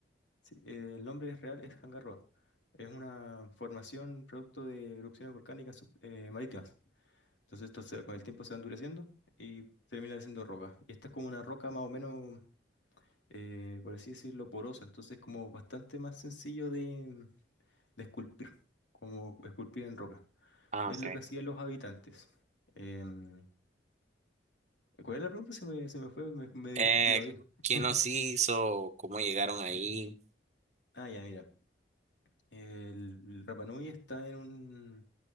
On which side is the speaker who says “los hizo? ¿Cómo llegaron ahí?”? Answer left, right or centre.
Right